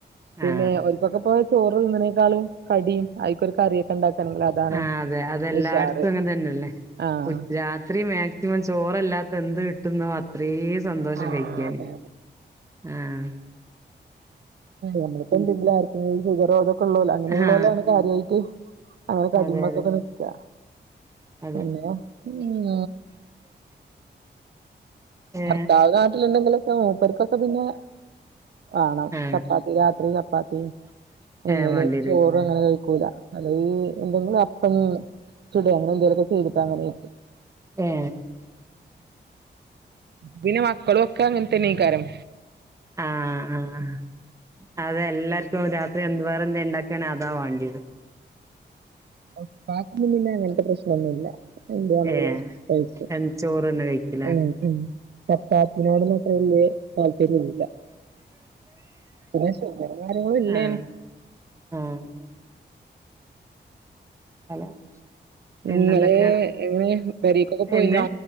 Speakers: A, on the right; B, on the right.
A: പിന്നെ
B: ആ
A: അവർക്കൊക്കെ പോ ചോറ് നിന്നതിനേക്കളും കടിയും ആയി ഒരു കറിയൊക്കെ ഇണ്ടാക്കണെങ്കിൽ അതാണ്
B: ആ അതെ അതെല്ലായിടത്തും
A: ഉഷാറ്
B: അങ്ങനെ തന്നെയല്ലേ
A: ആഹ്
B: രാത്രി മാക്സിമം ചോറല്ലാത്ത എന്ത് കിട്ടുന്നു അത്രയും സന്തോഷം
A: ആഹ്
B: കഴിക്കാണ്
A: അതെ
B: ആഹ
A: നമ്മക്ക എന്തല്ല ആർക്കും ഷുഗറോ അതൊക്കെ ഉള്ളോല് അങ്ങനെയുള്ളോല്
B: ആ
A: കാര്യമായിട്ട് അങ്ങനെ കടിമ
B: അതെ അതെ
A: ഒക്കെൊക്കെ നക്കാ
B: അതെ
A: പിന്നോ ഉ
B: ഏ
A: ഭർത്താവ് നാട്ടിലുണ്ടെങ്കിലൊക്കെ മൂപ്പർക്കൊക്കെ പിന്നെ വേണം
B: ആ
A: ചപ്പാത്തി രാത്രി ചപ്പാത്തി പിന്നലെ
B: ഏ വണ്ടിയിലേക്കല്ലേ
A: ചോറും അങ്ങനെ കഴിക്കൂല അല്ലഈ എന്തെങ്കിലും ഇം ചുട അങ്ങനെ എന്തേലുമൊക്കെ ചെയ്തിട്ട അങ്ങനെയ
B: ഏ
A: പിന്നെ മക്കളും ഒക്കെ അങ്ങനത്തെ നീകാരം
B: ആഹ ആഹ അതെ എല്ലാർക്കും രാത്രി എന്തുവാ എന്താ ഉണ്ടാക്കാണേൽഅതാ വേണ്ടിയത്
A: ഉപ്പാക്കൊന്നും പിന്നെ അങ്ങനത്തെ പ്രശ്നംഒന്നുമില്ല എന്ത് വേണെങ്കിലും
B: ഏഹ്
A: കയിക്കും
B: എന്ത് ചോറ്ന്നെ കഴിക്കില്ലേ
A: ഉം ഉ ചപ്പാപ്പിനോടന്നും അത്ര വല്ിയ താല്പര്യംഒന്നില്ല പി ഷുഗർ കാര ഇല്ലേന
B: ആഹ് ആഹ് തല പിന്നെന്തൊക്കെയാണ്
A: ഇങ്ങള് എങ്ങനെ പെരീക്കൊക്കെ പോയിന്നോ
B: എന്ത്